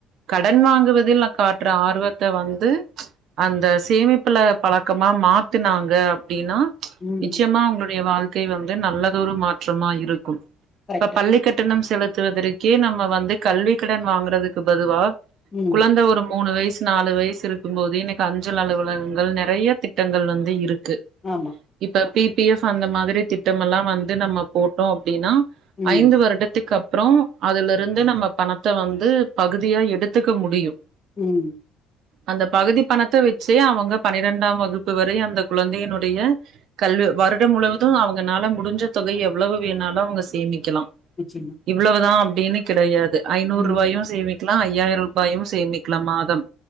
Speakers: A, on the right (about 65°); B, on the left (about 25°).
A: கடன் வாங்குவதில் காட்டுற ஆர்வத்தை வந்து அந்த சேமிப்புல பழக்கமா மாத்துனாங்க அப்டின்னா
B: ம்
A: நிச்சயமா அங்களுடைய வாழ் ழ்கை வந்து நல்லதொ ஒரு மாற்றமா இருக்கும்
B: கரெக்ட்டு
A: இப்ப பள்ளிக்கட்டணம் செலு நடத்துவதற்கே நம்ம வந்து கல்வி கடன் வாங்கறதுக்கு பதுவா
B: ம்
A: குழந்த ஒரு மூணு வயசு நாலு வயசு இருக்கும் போது எனக்கு அஞ் சல் அலுவலகங்கள் நறைய திட்டங்கள் வந்து இருக் கு
B: ஆமா
A: இப்ப பி பி எஃப் அந்த மாதிரி திட்டம் எல்லாம் வந்து நம்ம போட்டோம் அப்படின்னா
B: ம்
A: ஐந்து வருடத்துக்கு அப் அப்புறம் அதுல இருந்து நம்ம பணத்தை வந்து பகுதியாக எடுத்துக்க முடியும்
B: உம்
A: அந்த பகுதி பணத்த வெ ச்சு அவங்க பனிரெண்டாம் வகுப்பு வரை அந்த குழந்தையினுடைய கல்வி வருடம் முழுவதும் அவங்கனால முடிஞ்ச தொகை எவ்ளவு வேணாலு அவ்ங்க சேமிக்கலா
B: நிச்சயமா
A: இவ்ளவுதா அப்டின்னு கிடையாது ஐநூறு
B: ம்
A: ரூவாயு சேமிக்லா ஐயாயிர் ரூபாயும் சேமிக்லாம் மாதம்